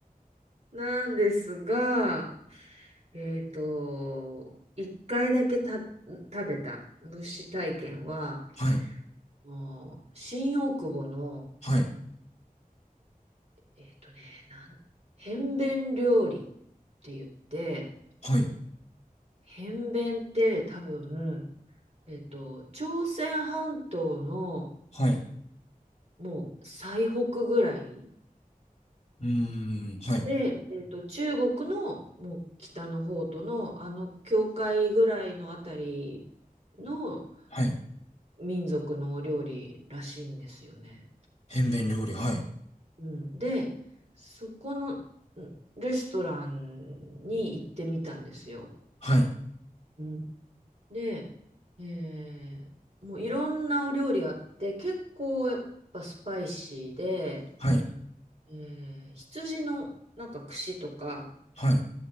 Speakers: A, on the right; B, on the left.
A: なんですが、えっと、一回だけた食べた虫体験は、
B: はい。
A: あの新大久保の
B: はい。
A: えっとね、なん、変弁料理って言って、
B: はい。
A: 変弁って多分、えっと、朝鮮半島の
B: はい。
A: もう最北ぐらい
B: うーん、はい、
A: で、えっと、中国のもう北の方とのあの境界ぐらいのあたりの
B: はい。
A: 民族のお料理らしいんですよね。
B: 変弁料理、はい、
A: うん、で、そこのんレストランに行ってみたんですよ。
B: はい、
A: うんで、えーもういろんなお料理あって、結構やっぱスパイシーで、
B: はい、
A: えー羊のなんか串とか
B: はい、